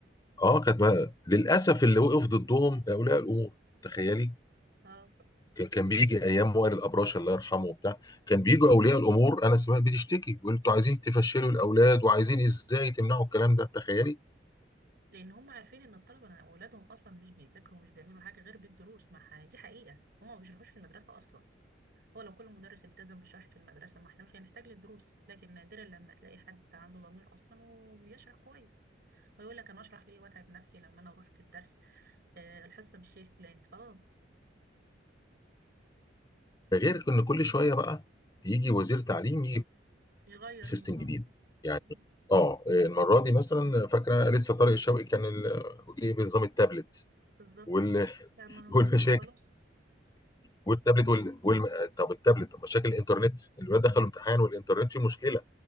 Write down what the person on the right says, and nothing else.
اه
لأن هم عارفين إن الطلبة أولادهم أصلا مش بيذاكروا ومش بيعملوا حاجة غير بالدروس ما ح- دي حقيقة هم ما بيشرحوش في المدرسة أصلا هو لو كل مدرس التزم بالشرح في المدرسة ما احنا مش هنحتاج للدروس لكن نادرا لما تلاقي حد عنده ضمير أصلا وبيشرح كويس ويقول لك أنا أشرح ليه وأتعب نفسي لما أنا أروح في الدرس آه، الحصة بالشيء الفلاني خلاص
يغير
النظام
مم.
بالظبط
يعني موجود
خلاص